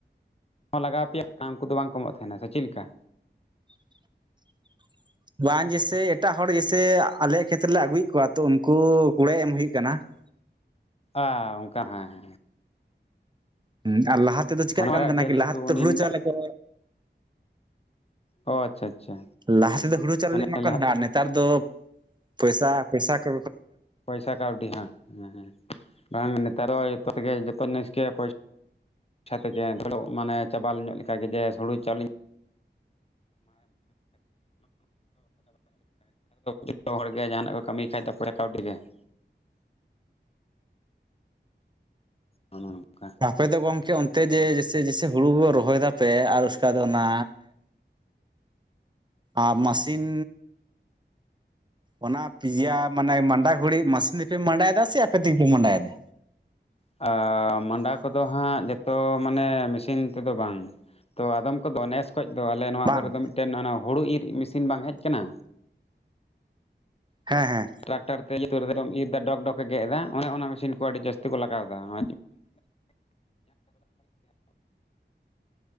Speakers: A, on the left; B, on the right.
A: ᱦᱚᱸ ᱞᱟᱜᱟᱣ ᱟᱯᱮᱭᱟ ᱩᱱᱠᱩ ᱫᱚ ᱵᱟᱝ ᱠᱚ ᱮᱢᱚᱜ ᱛᱟᱦᱮᱱᱟ ᱥᱮ ᱪᱮᱫ ᱞᱮᱠᱟ?
B: ᱻ <inaudible> ᱵᱟᱝ ᱡᱮᱥᱮ ᱮᱴᱟᱜ ᱦᱚᱲ ᱡᱮᱥᱥᱮ ᱟᱞᱮᱭᱟᱜ ᱠᱷᱮᱛᱨᱮᱞᱮ ᱟᱹᱜᱩᱭᱮᱫ ᱠᱚᱣᱟ ᱛᱚ ᱩᱱᱠᱩ ᱠᱩᱲᱟᱹᱭ ᱮᱢ ᱦᱩᱭᱩᱜ ᱠᱟᱱᱟ᱾ ᱻ <inaudible>
A: ᱚ ᱚᱱᱠᱟ ᱦᱮᱸ ᱦᱮᱸ
B: ᱦᱮᱸ ᱟᱨ ᱞᱟᱦᱟ ᱛᱮᱫᱚ ᱪᱮᱠᱟᱜ
A: ᱚᱱᱟ
B: ᱠᱟᱱ
A: ᱠᱟᱜ
B: ᱛᱟᱦᱮᱱᱟ
A: ᱜᱮᱭᱟ
B: ᱠᱤ
A: ᱡᱮᱦᱮᱛᱩ
B: ᱞᱟᱦᱟ ᱛᱮᱫᱚ
A: ᱩᱱᱤᱢ
B: ᱦᱩᱲᱩ ᱪᱟᱣᱞᱮ ᱠᱚ
A: ᱚ ᱟᱪᱪᱷᱟ ᱟᱪᱪᱷᱟ
B: ᱞᱟᱦᱟ ᱛᱮᱫᱚ ᱦᱩᱲᱩ ᱪᱟᱣᱞᱮ
A: ᱢᱟᱱᱮ
B: ᱮᱢᱟ ᱠᱟᱱ
A: ᱞᱟᱦᱟ
B: ᱛᱟᱦᱮᱱᱟ ᱱᱮᱛᱟᱨ ᱫᱚ ᱯᱚᱭᱥᱟ ᱯᱚᱭᱥᱟ ᱠᱚ
A: ᱯᱚᱭᱥᱟ ᱠᱟᱹᱣᱰᱤ ᱦ ᱦᱮᱸ ᱦᱮᱸ ᱵᱟᱝ ᱱᱤᱛ ᱛᱚ ᱡᱚᱛᱚ ᱛᱮᱜᱮ ᱡᱚᱛᱚ ᱱᱮᱥ ᱜᱮ ᱟᱪᱷᱟ ᱛᱮᱜᱮ ᱫᱚᱜ ᱢᱟᱱᱮ ᱪᱟᱵᱟ ᱧᱚᱜ ᱠᱟᱱ ᱞᱮᱠᱟᱜᱮ ᱡᱮ ᱦᱩᱲᱩ ᱪᱟᱣᱞᱮ ᱡᱚᱛᱚ ᱦᱚᱲ ᱜᱮ ᱡᱟᱦᱟᱱᱟᱜ ᱠᱚ ᱠᱟᱹᱢᱤᱭ ᱠᱷᱟᱡ ᱫᱚ ᱯᱚᱨᱮ ᱠᱟᱹᱣᱰᱤ ᱜᱮ ᱦᱮᱸ ᱚᱱᱮ ᱚᱱᱠᱟ
B: ᱟᱯᱮ ᱫᱚ ᱜᱚᱝᱠᱮ ᱚᱱᱛᱮ ᱡᱮ ᱡᱮᱭᱥᱮ ᱡᱮᱭᱥᱮ ᱦᱩᱲᱩ ᱠᱚ ᱨᱚᱦᱚᱭ ᱫᱟᱯᱮ ᱟᱨ ᱩᱥᱠᱟ ᱫᱚ ᱚᱱᱟ ᱟᱨ ᱢᱟᱥᱤᱱ ᱚᱱᱟ ᱯᱤᱭᱟ ᱢᱟᱱᱮ ᱢᱟᱰᱟ ᱜᱷᱚᱲᱤᱡ ᱢᱟᱥᱤᱱ ᱛᱮᱯᱮ ᱢᱟᱸᱰᱟᱭᱮᱫᱟ ᱥᱮ ᱟᱯᱮ ᱛᱮᱜᱮ ᱯᱮ ᱢᱟᱸᱰᱟᱭᱮᱫᱟ?
A: ᱟ ᱢᱟᱸᱰᱟ ᱠᱚᱫᱚ ᱦᱟᱸᱜ ᱡᱚᱛᱚ ᱢᱟᱱᱮ ᱢᱮᱥᱤᱱ ᱛᱮᱫᱚ ᱵᱟᱝ ᱛᱚ ᱟᱫᱚᱢ ᱠᱚᱫᱚ ᱱᱮᱥ ᱠᱷᱚᱱ ᱫᱚ ᱟᱞᱮ ᱱᱚᱣᱟ
B: ᱵᱟᱝ
A: ᱠᱚᱨᱮ ᱫᱚ ᱢᱤᱫᱴᱮᱱ ᱦᱩᱲᱩ ᱤᱨ ᱢᱮᱥᱤᱱ ᱵᱟᱝ ᱦᱮᱡ ᱟᱠᱟᱱᱟ
B: ᱦᱮᱸ ᱦᱮᱸ
A: ᱴᱨᱟᱠᱴᱟᱨ ᱛᱮ ᱩᱛᱩᱨ ᱨᱮᱫᱚ ᱤᱨ ᱮᱫᱟ ᱰᱚᱜᱽ ᱰᱚᱜᱽ ᱮ ᱜᱮᱫ ᱮᱫᱟ ᱚᱱᱮ ᱚᱱᱟ ᱢᱮᱥᱤᱱ ᱠᱚ ᱟᱹᱰᱤ ᱡᱟᱹᱥᱛᱤ ᱠᱚ ᱞᱟᱜᱟᱣᱫᱟ᱾ ᱻ <inaudible> ᱻ <inaudible>